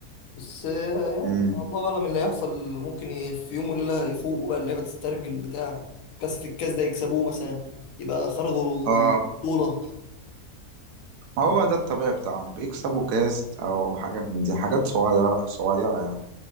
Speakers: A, on the left (about 65°); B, on the right (about 85°).
A: بس آه، يعني
B: امم
A: الله اعلم اللي هيحصل ممكن ي- في يوم وليله يفوقوا بقى اللعيبه تسترجل بتاع كاس في الكاس ده يكسبوه مثلا يبقى خرجوا
B: اه
A: بطوله
B: ما هو ده الطبيعي بتاعهم بيكسبوا كاس او حاجه من دي حاجات صغيره صغيره يعني